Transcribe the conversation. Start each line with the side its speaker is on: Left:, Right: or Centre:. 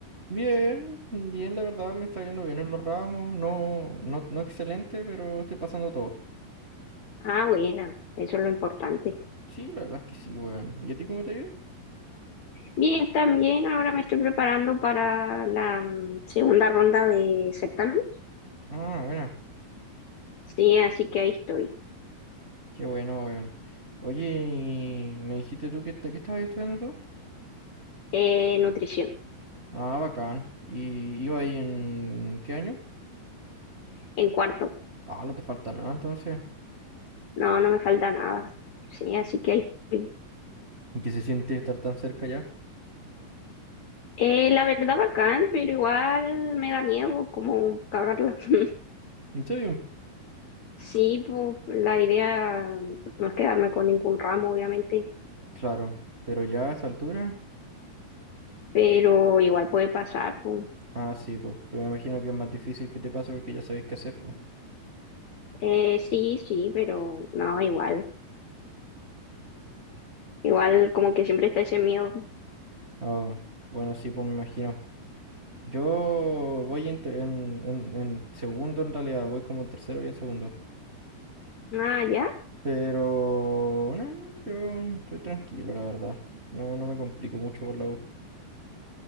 Right: Bien, bien, la verdad me está yendo bien en los ramos, no, no, no excelente, pero estoy pasando todo.
Left: Ah, buena, eso es lo importante.
Right: Sí, la verdad es que sí, weón. ¿Y a ti cómo te ha ido?
Left: Bien, también ahora me estoy preparando para la mm, segunda ronda de certamen.
Right: Ah, bueno,
Left: Sí, así que ahí estoy.
Right: qué bueno, weón. Oye, y me dijiste tú que, te- que estabas estudiando tú.
Left: Eh, nutrición,
Right: Ah, bacán. ¿Y iba ahí en qué año?
Left: en cuarto.
Right: Ah, no te falta nada entonces.
Left: No, no me falta nada. Sí, así que ahí estoy.
Right: ¿Y ¿Qué se siente estar tan cerca ya?
Left: Eh, la verdad bacán, pero igual me da miedo como cagarla. <laughs>
Right: ¿En serio?
Left: Sí, pues la idea no es quedarme con ningún ramo, obviamente,
Right: Claro, pero ya a esa altura.
Left: pero igual puede pasar, pues.
Right: Ah, sí, pues. Pero me imagino que es más difícil que te pase porque ya sabéis qué hacer, pues.
Left: Eh, sí, sí, pero no, igual. Igual como que siempre está ese miedo.
Right: Ah, bueno, sí, pues me imagino. Yo voy en, te- en, en- en segundo, en realidad. Voy como en tercero y en segundo.
Left: Ah, ya.
Right: Pero. No, yo estoy tranquilo, la verdad. No, no me complico mucho por la U.